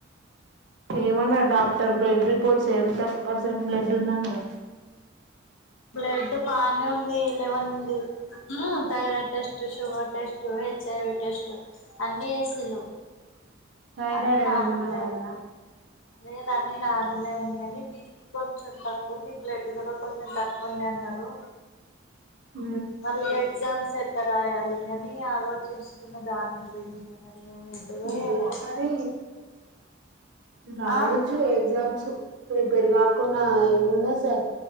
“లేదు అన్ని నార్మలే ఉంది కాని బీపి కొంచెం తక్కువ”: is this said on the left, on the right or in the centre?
Left